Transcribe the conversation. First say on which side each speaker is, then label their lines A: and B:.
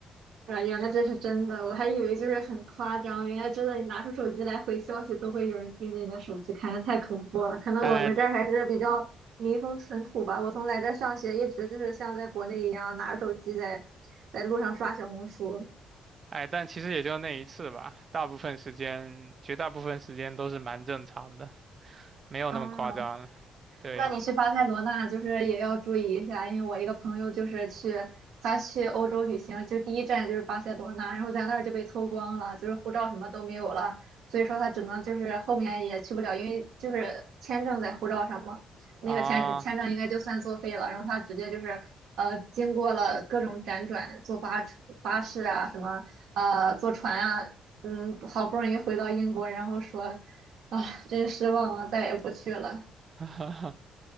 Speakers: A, on the right; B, on the right.
A: 啊，原来这是真的，我还以为就是很夸张，原来真的，你拿出手机来回消息都会有人盯着你的手机看，太恐怖了。
B: <laughs>
A: 可能我们这儿还是比较民风淳朴吧。
B: 哎
A: 我从来这儿上学，一直就是像在国内一样拿着手机在在路上刷小红书。
B: 哎，但其实也就那一次吧，大部分时间，绝大部分时间都是蛮正常的，没有那么夸张。
A: 啊，
B: 对
A: 那你去巴塞罗那就是也要注意一下，因为我一个朋友就是去他去欧洲旅行，就第一站就是巴塞罗那，然后在那儿就被偷光了，就是护照什么都没有了，所以说他只能就是后面也去不了，因为就是签证在护照上嘛，那个签签证应该就算作废了，
B: 啊，
A: 然后他直接就是呃经过了各种辗转，坐巴车巴士啊什么呃坐船啊，嗯好不容易回到英国，然后说啊真失望啊，再也不去了。
B: <laughs>